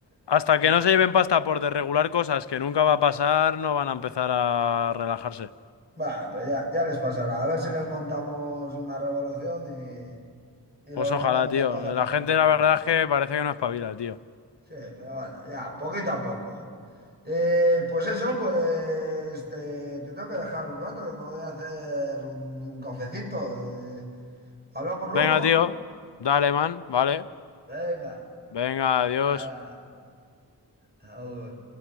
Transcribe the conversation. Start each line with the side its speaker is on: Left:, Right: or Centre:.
Left: Hasta que
Right: <laughs>
Left: no se lleven pasta por desregular cosas que nunca va a pasar, no van a empezar a relajarse.
Right: Bueno, pero ya, ya les pasará. A ver si les montamos una revolución y, y
Left: Pues
Right: los
Left: ojalá,
Right: mandamos
Left: tío.
Right: a todos a tomar
Left: La gente,
Right: por
Left: la
Right: culo.
Left: verdad es que parece que no espabila, tío.
Right: Sí, pero bueno, ya, poquito a poco. Eh, pues eso, pues te, te tengo que dejar un rato que me voy a hacer un, un cafecito. eh. ¿Hablamos luego?
Left: Venga, tío. Dale, man. Vale.
Right: Venga,
Left: Venga, adiós.
Right: hala, aún.